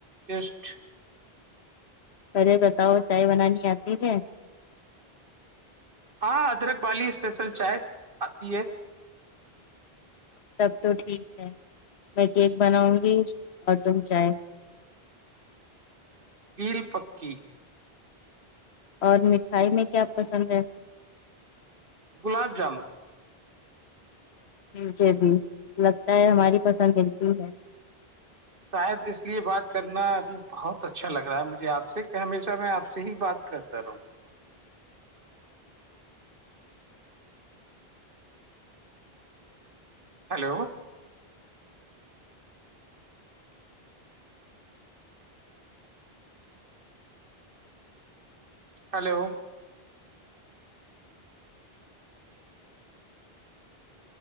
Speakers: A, on the right; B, on the left.
A: ٹیسٹ
B: پہلے بتاؤ چائے بنانی آتی ہے
A: ہاں ادرک والی اسپیشل چائے آتی ہے
B: تب تو ٹھیک ہے میں کیک بناؤں گی اور تم چاے
A: ڑبیل پکی
B: اور مٹھائی میں کیا پسند ہے
A: گلاب جامن
B: مجھے بھی لگتا ہے ہماری پسند بالکل ہے
A: شاید اس لیے بات کرنا ابھی بہت اچھا لگ رہا ہے مجھے آپ سے کہ ہمیشہ میں آپ سے ہی بات کرتا رہوں ہیلو ہلو